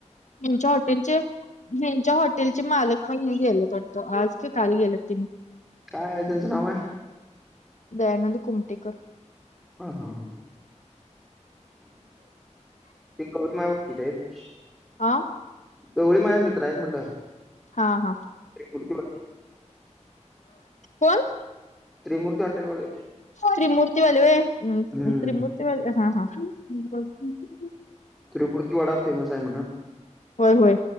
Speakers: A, on the left; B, in the centre.
A: तूमच्या हाॅटेलचे यांच्या हाॅटेलचे टेलचे मालक पण गेलेत वाटतं आज काय काल गेलेतं
B: काय आहे त्यांचं नाव आहे?
A: दयानंद कुमटेकर,
B: हा हा हा ते <inaudible> आहेत
A: आ?
B: एवढं माझे मित्र आहेत म्हणलं
A: हा हा
B: एक मुड
A: कोण
B: त्रिमूर्ती हॉटेलवाले.
A: त्रिमूर्ती वाले होय
B: हम्म
A: त्रिमूर्ती वाले हा हा बोल कि
B: त्रिमूर्ती वडा फेमस आहे म्हणा
A: होय होय